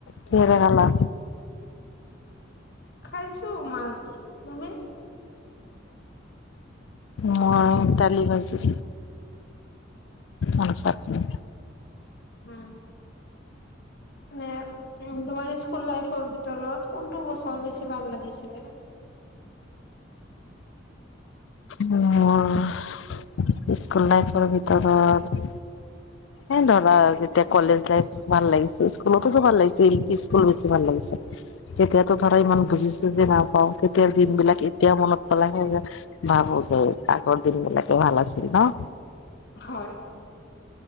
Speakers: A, on the left (about 75°); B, on the left (about 55°).
A: কিহতৰ খালা।
B: খাইছো মাছ দি, তুমি?
A: মই দালি ভাজি আৰু চাটনি।
B: উম। মানে উ তোমাৰ স্কুল লাইফৰ ভিতৰত কোনটো বছৰ বেছি ভাল লাগিছিলে। <inaudible>
A: মোৰ স্কুল লাইফৰ ভিতৰত। এ ধৰা যেতিয়া কলেজ লাইফ ভাল লাগিছিল। স্কুলততো ভাল লাগিছিলি এলপি স্কুল বেছি ভাল লাগিছিল। তেতিয়াতো ধৰা ইমান বুজিছো চোজি নাপাওঁ। তেতিয়াৰ দিন বিলাক এতিয়া মনত পেলাই হে যে। ভাবো যে আগৰ দিন বিলাকে ভাল আছিল ন।
B: হয়।